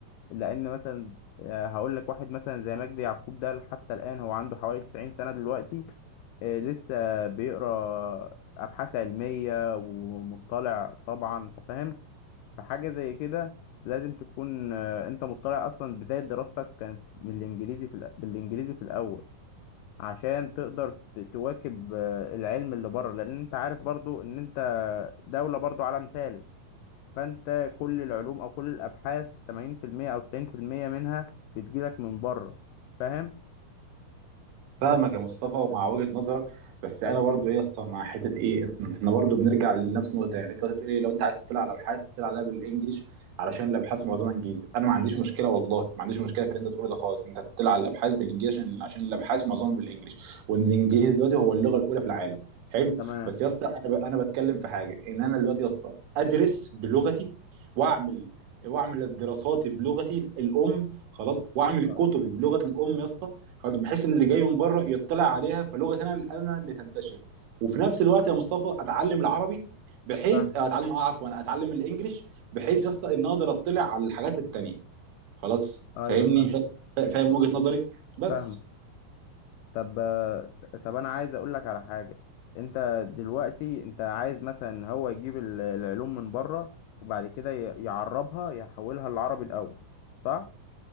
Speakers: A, on the left (about 85°); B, on the right (about 80°).
A: لان مثلا آه، هقول لك واحد مثلا زي مجدي يعقوب ده حتى الان هو عنده حوالي 90 سنه دلوقتي آه، لسه بيقرا ابحاث علميه ومطلع طبعا انت فاهم فحاجه زي كده لازم تكون آه، انت مطلع اصلا بدايه دراستك كانت بالانجليزي في الأ- بالانجليزي في الاول عشان تقدر ت- تواكب آه، العلم اللي بره لان انت عارف برضو ان انت دولة برضو عالم ثالث فانت كل العلوم او كل الابحاث 80% او 90% منها بتجيلك من بره فاهم
B: فاهمك
A: ف...
B: يا مصطفى ومع وجهة نظرك بس انا برضو ايه يا اسطى مع حته ايه إن احنا برضو بنرجع لنفس النقطه يعني انت بتقول ايه لو انت عايز تطلع على ابحاث تطلع عليها بالانجلش علشان الابحاث معظمها انجليزي انا ما عنديش
A: مم.
B: مشكله والله ما عنديش مشكله في اللي انت بتقوله ده خالص انت تطلع على الابحاث بالانجليزي عشان عشان الابحاث معظمها بالانجلش وان الانجليزي دلوقتي هو اللغه الاولى في العالم حلو
A: تمام
B: بس يا اسطى انا ب... انا بتكلم في حاجه ان انا دلوقتي يا اسطى ادرس بلغتي واعمل واعمل دراساتي بلغتي الام خلاص واعمل كتبي
A: آه،
B: بلغه الام يا اسطى خلاص بحيث ان اللي جاي من بره يطلع عليها فلغه انا انا اللي تنتشر وفي نفس الوقت يا مصطفى اتعلم العربي بحيث
A: فاهم
B: آه، اتعلم اه عفوا اتعلم الانجليش بحيث يس ان اقدر اطلع على الحاجات التانيه خلاص
A: ايوه
B: فاهمني
A: فاهم
B: فا- فاهم وجهه نظري بس
A: فاهم طب آه، طب انا عايز اقول لك على حاجه انت دلوقتي انت عايز مثلا هو يجيب ال- العلوم من بره وبعد كده ي- يعربها يحولها للعربي الاول صح